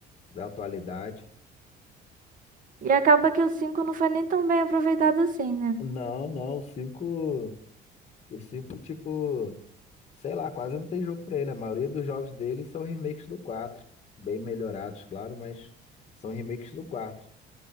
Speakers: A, on the left; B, on the right.
A: da atualidade.
B: E acaba que o 5 não foi nem tão bem aproveitado assim, né?
A: Não, não, o cinco, o cinco tipo, sei lá, quase não tem jogo pra ele. A maioria dos jogos dele são remakes do 4, bem melhorados, claro, mas são remakes do 4.